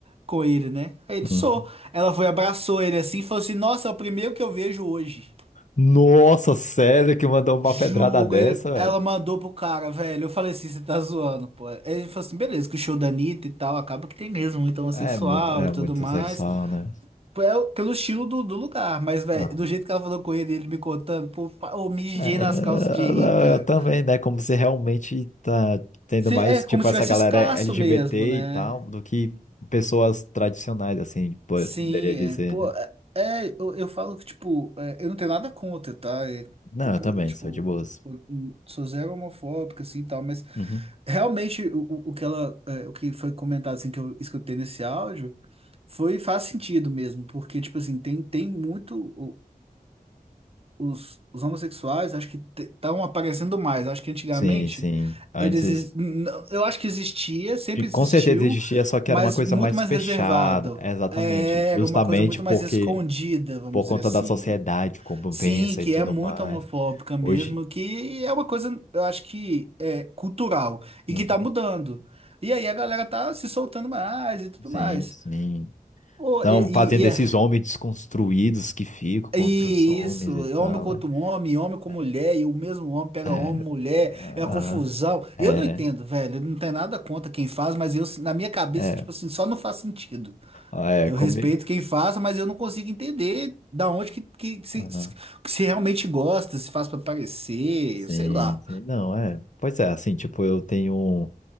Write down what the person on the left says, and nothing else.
Uhum.
Nossa, sério que mandou uma
pedrada dessa,
velho?
É muito, é
muito
sexual, né?
Ah.
É,
não,
eu também, né? Como se realmente tá tendo
mais,
tipo,
essa
galera
LGBT
e tal, do que pessoas tradicionais, assim, poderia
dizer,
né?
Não,
eu também,
sou de boas.
Uhum.
Sim, sim. Antes,
de- com
certeza existia, só que
era uma coisa
mais
fechada.
Exatamente.
Justamente
porque,
por
conta
da sociedade, como
pensa
e tudo
mais.
Hoje.
Uhum.
Sim,
sim.
Estão
fazendo
esses
homens desconstruídos que ficam contra
os homens
e tal,
né?
É.
é,
Aham.
É,
é,
Ah, é,
comigo.
Aham.
Sim,
sim. Não, é. Pois é, assim, tipo, eu tenho. um